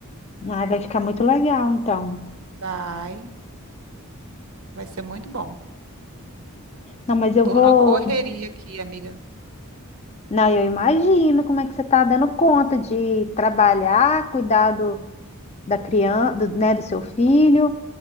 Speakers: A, on the left; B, on the right.
A: Ah, vai ficar muito legal, então.
B: Vai, vai ser muito bom.
A: Não, mas eu
B: Tô
A: vou.
B: na correria aqui, amiga.
A: Não, eu imagino como é que você está dando conta de trabalhar, cuidar do, da criança, do, né, do seu filho,